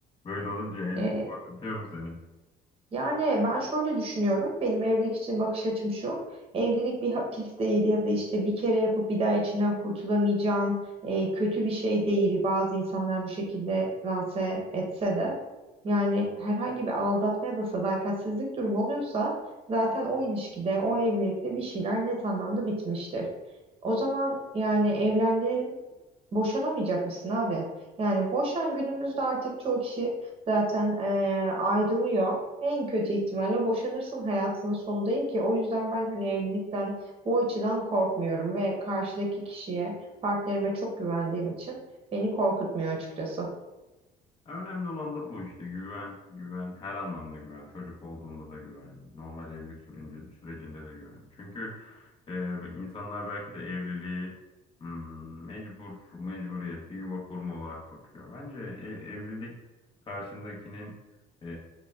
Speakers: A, on the left; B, on the right.
A: Böyle olunca evlilik
B: e,
A: korkutuyor mu seni?
B: Yani ben şöyle düşünüyorum. Benim evlilik için bakış açım şu. Evlilik bir hapis değil ya da işte bir kere yapıp bir daha içinden kurtulamayacağın e, kötü bir şey değil. Bazı insanlar bu şekilde lanse etse de. Yani herhangi bir aldatma ya da sadakatsizlik durumu oluyorsa zaten o ilişkide, o evlilikte bir şeyler net anlamda bitmiştir. O zaman yani evlendin Boşanamayacak mısın abi? Yani boşan günümüzde artık çoğu kişi zaten eee, ayrılıyor. En kötü ihtimalle boşanırsın hayatının sonu değil ki. O yüzden ben hani evlilikten bu açıdan korkmuyorum ve karşıdaki kişiye, partnerime çok güvendiğim için beni korkutmuyor açıkçası.
A: Ya Önemli olan da bu işte güven, güven, her anlamda güven. Çocuk olduğunda da güven, normal evlilik sürünce, sürecinde de güven. Çünkü Ee, bak, insanlar belki de evliliği hmm, mecbur, mecburiyet, bir yuva kurma olarak bakıyor. Bence e- evlilik karşındakinin e,